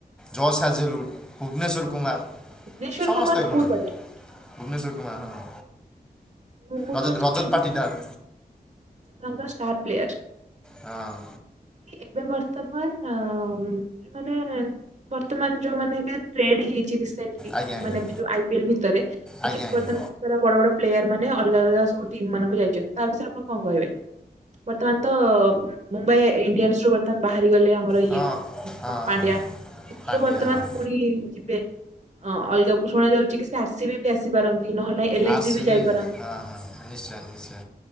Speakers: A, in the centre; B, on the right (about 45°).
A: ଜସ୍ ହାଜେଲ୍ଉଡ୍ ଭୁବନେଶ୍ୱର କୁମାର୍
B: ଭୁବନେଶ୍ୱର
A: ସମସ୍ତେ
B: କୁମାର ତ
A: ଭଲ
B: ବହୁତ ବଢିଆ ଖେଳୁଛି
A: ଭୁବନେଶ୍ୱର
B: ହଁ
A: କୁମାର୍ -ହଁ।
B: ମୁଁ ମୁଁ
A: ରଜ-
B: କହୁଛି
A: ରଜତ୍
B: କି ଏବେ
A: ପାଟିଦାର୍।
B: ଯୋଉ ତାଙ୍କର ଷ୍ଟାର୍ ପ୍ଲେୟର୍
A: ହଁ
B: ଏବେ ବର୍ତ୍ତମାନ ଅ-ମାନେ ବର୍ତ୍ତମାନ ଯଉମାନେ ଏବେ ଟ୍ରେଡ୍ ହେଇ ଚି <unintelligible>
A: ଆଜ୍ଞା ଆଜ୍ଞା
B: ମାନେ ଯଉ ଆଇିପିଏଲ୍ ଭିତରେ ଦେଖି
A: ଆଜ୍ଞା ଆଜ୍ଞା
B: ବର୍ତମାନ ବହୁତ୍ ସାରା ବଡ ବଡ ପ୍ଲେୟାର୍ ମାନେ ମାନେ ଅଲଗା ଅଲଗା ସବୁ ଟିମ୍ ମାନଙ୍କୁ ଯାଇଚନ୍ତି ତା ବିଷୟରେ ଆପଣ କଣ କହିବେ? ବର୍ତ୍ତମାନ୍ ତ ମୁମ୍ବାଇ ଇଣ୍ଡିଆନ୍ସ ରୁ ବର୍ତ୍ତମାନ୍ ବାହାରିଗଲେ ଆ ଆମର ଇଏ
A: ହଁ ହଁ
B: ପାଣ୍ଡିଆ
A: ହଁ
B: ତ ସିଏ
A: ପାଣ୍ଡିଆ
B: ବର୍ତ୍ତମାନ
A: ହଁ
B: ପୁଣି ଯିବେ ହଁ- ଅଲଗା ଶୁଣା ଯାଉଚି କି ସେ ଆର୍ ସି ବି କି ଆସିପାରନ୍ତି ନହେଲେ L
A: R
B: S
A: C
B: B ଯାଇ
A: ହଁ- ହଁ ନିଶ୍ଚୟ- ନିଶ୍ଚୟ।